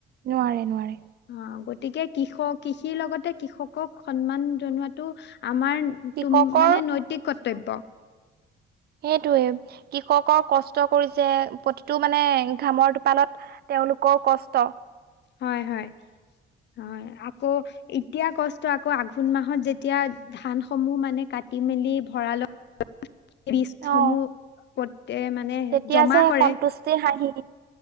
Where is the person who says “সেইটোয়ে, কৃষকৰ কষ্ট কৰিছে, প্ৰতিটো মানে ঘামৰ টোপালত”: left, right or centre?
Right